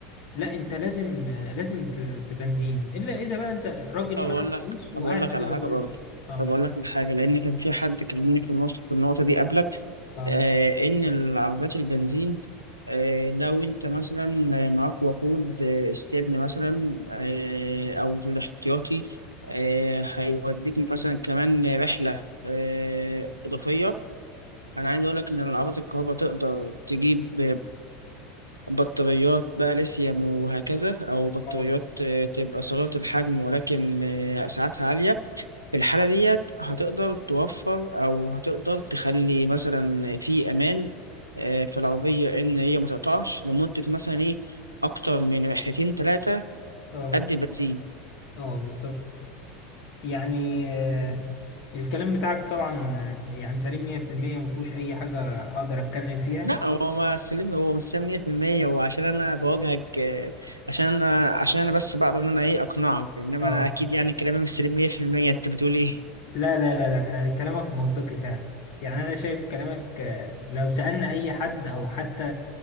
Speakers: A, on the left (about 50°); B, on the right (about 80°).
A: لا انت لازم لازم ت- تبنزين الا اذا بقى انت راجل
B: طب
A: معاك
B: أقول لك
A: فلوس
B: طب
A: وقاعد
B: أقول لك
A: في
B: على
A: دولة
B: حاجة
A: بره
B: برضه
A: مصر اه
B: طب أقول لك على حاجة لأن كان في حد كلمني في النص في النقطة دي قبلك
A: اه
B: آه إن العربيات البنزين آه لو أنت مثلا معاك وقود آه، استبن مثلا آه أو في الاحتياطي آه هيوديك مثلا كمان رحلة آه إضافية أنا عايز أقول لك إن العربيات الكهرباء تقدر تجيب بطاريات بقى ليثيوم وهكذا أو بطاريات
A: اه
B: آه، تبقى صغيرة الحجم ولكن آه، سعتها عالية في الحالة ديت هتقدر توفر أو هتقدر تخلي مثلا في أمان آه، في العربية إن هي متقطعش لمدة مثلا إيه أكتر من رحلتين تلاتة
A: اه
B: قد البنزين.
A: اه بالظبط يعني آه الكلام بتاعك طبعا آه، يعني سليم 100% ما فيهوش اي حاجة اقدر اتكلم فيها
B: لا هو ما سلمي هو مش سلم 100% هو عشان انا بواجهك آه، عشان انا عشان انا بس بقدر ان انا ايه اقنعك انما
A: اه
B: انا اكيد يعني كلامي مش سليم 100% انت بتقول ايه
A: لا لا لا لا آه، كلامك منطقي فعلا يعني أنا شايف كلامك آه، لو سألنا أي حد أو حتى